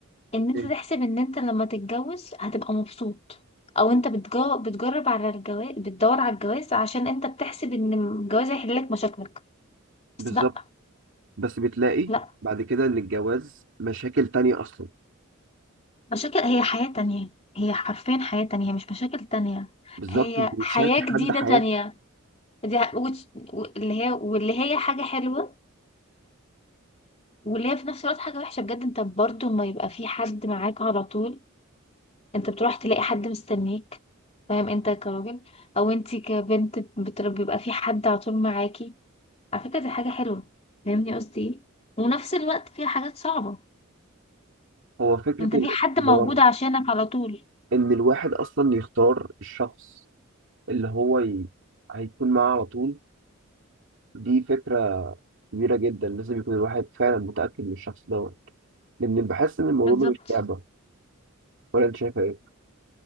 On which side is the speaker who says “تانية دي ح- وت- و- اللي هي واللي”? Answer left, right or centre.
Left